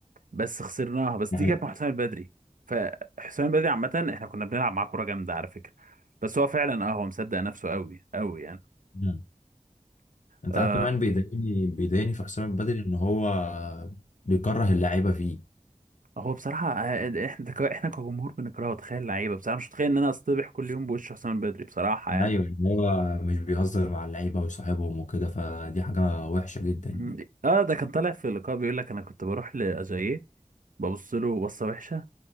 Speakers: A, on the right; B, on the left.
A: بس خسرناها بس دي
B: دي حقيقة
A: كانت مع حسام البدري فحسام البدري عامه احنا كنا بنلعب معاه كوره جامده على فكره بس هو فعلا اه هو مصدق نفسه قوي قوي يعني
B: مم. انت
A: آه.
B: عارف كمان بيضايقني بيضايقني في حسام البدري ان هو بيكره اللعيبه فيه
A: هو بصراحة آه، آه، احنا ك- احنا كجمهور بنكرهه تخيل لعيبة بصراحة مش متخيل ان انا اصطبح كل يوم بوش حسام البدري بصراحة يعني
B: ايوه ان هو مش بيهزر مع اللعيبه وصاحبهم وكده فدي حاجه وحشه جدا يعني
A: م- اه ده كان طالع في لقاء بيقول لك انا كنت بروح لأجاييه ببص له بصة وحشة